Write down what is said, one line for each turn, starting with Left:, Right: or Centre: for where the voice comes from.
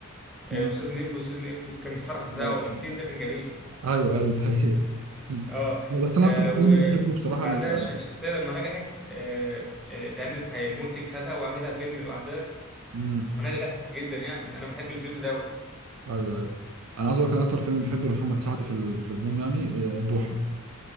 Centre: آه،
Right: مم.
Centre: استاذ ليمبي استاذ ليمبي كان الفرح بتاعه
Right: آه،
Centre: السين ده كان جميل
Right: ايوه ايوه ده حقيقي مم.
Centre: اه
Right: لا، بس انا
Centre: آه،
Right: اكتر
Centre: وبعدها
Right: فيلم بحبه بصراحه ال...
Centre: الش- الشخصيه لما نجحت آه، آه، اتعملت المنتج خدها وعملها فيلم لوحدها
Right: مم.
Centre: ونجحت جدا يعني انا بحب الفيلم ده أوي.
Right: ايوه ايوه انا عايز اقول لك إن اكتر فيلم بحبه لمحمد سعد في ال- في العموم يعني آه، بوحه